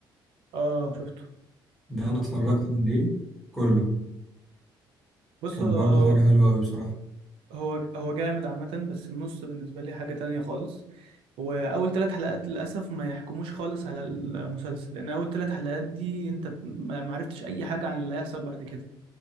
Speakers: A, on the right (about 85°); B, in the centre.
A: اه شفته
B: ده أنا اتفرجت عليه كله
A: بص
B: كان
A: هو
B: برضو حاجة حلوة أوي بصراحة
A: هو هو جامد عامه بس النص بالنسبه لي حاجه تانية خالص واول ثلاث حلقات للاسف ما يحكموش خالص على المسلسل لان اول ثلاث حلقات دي انت ما ما عرفتش اي حاجه عن اللي هيحصل بعد كده